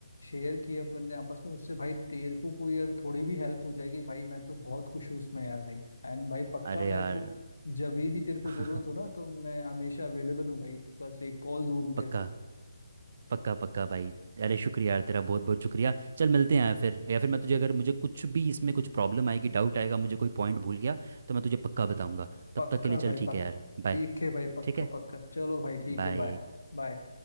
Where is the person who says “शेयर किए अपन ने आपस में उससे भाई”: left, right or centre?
Left